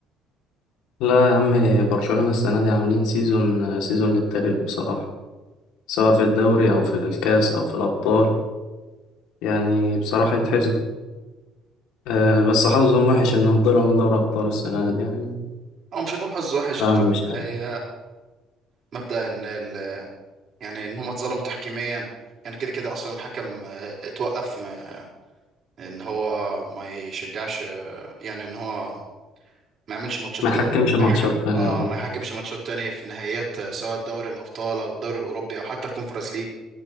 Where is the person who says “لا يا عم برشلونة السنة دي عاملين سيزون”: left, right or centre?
Left